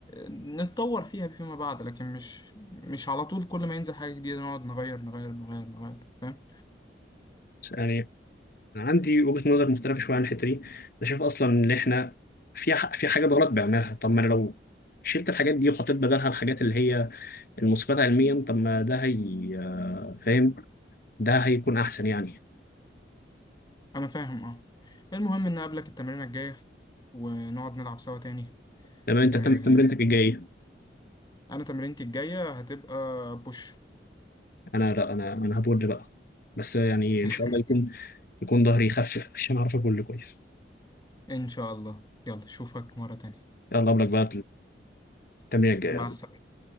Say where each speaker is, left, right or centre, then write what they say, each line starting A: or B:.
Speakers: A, on the left; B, on the left.
A: نتطور فيها فيما بعد لكن مش مش على طول كل ما ينزل حاجة جديدة نقعد نغير نغير نغير نغير فاهم
B: يعني انا عندي وجهة نظر مختلفة شوية عن الحتة دي انا شايف اصلا ان احنا في ح- في حاجات غلط بعملها طب ما انا لو شلت الحاجات دي وحطيت بدلها الحاجات اللي هي المثبتة علميا طب ما ده هي آه، فاهم ده هيكون احسن يعني
A: أنا فاهم أه المهم إن أقابلك التمرينة الجاية ونقعد نلعب سوا تاني
B: تمام انت
A: آه،
B: بتعمل تمرينتك الجاية إيه؟
A: أنا تمرينتي الجاية هتبقى بوش
B: انا لا انا انا هبول بقى بس يعني ان
A: <laughs>
B: شاء الله يكون يكون ظهري يخفف عشان اعرف ابول كويس
A: إن شاء الله يلا أشوفك مرة تانية
B: يلا قبلك بقى التمرين الجاي
A: مع السلامة